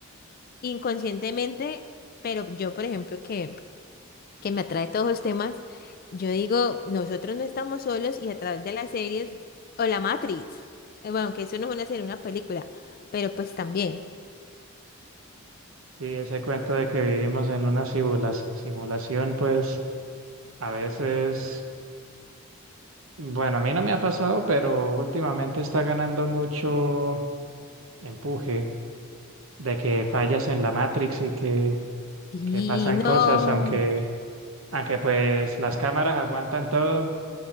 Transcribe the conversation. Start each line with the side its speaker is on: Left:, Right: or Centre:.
Left: inconscientemente, pero yo, por ejemplo, que que me atrae todos los temas, yo digo, nosotros no estamos solos y a través de las series o la Matrix, eh, bueno, que eso no es una serie, una película, pero pues también.
Right: Sí, ese cuento de que vivimos en una simula- simulación, pues a veces, bueno, a mí no me ha pasado, pero últimamente está ganando mucho empuje de que fallas en la Matrix y que,
Left: Sí,
Right: que pasan cosas,
Left: no.
Right: aunque, aunque pues las cámaras aguantan todo,